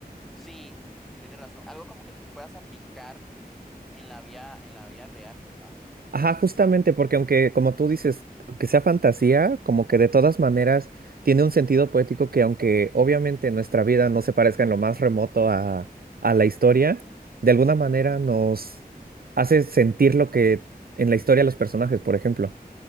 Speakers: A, in the centre; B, on the right.
A: Sí, tienes razón, algo como que tú puedas aplicar en la vía, en la vía real, ¿verdad?
B: Ajá, justamente porque aunque, como tú dices, que sea fantasía, como que de todas maneras tiene un sentido poético que aunque obviamente nuestra vida no se parezca en lo más remoto a, a la historia, de alguna manera nos hace sentir lo que en la historia los personajes, por ejemplo.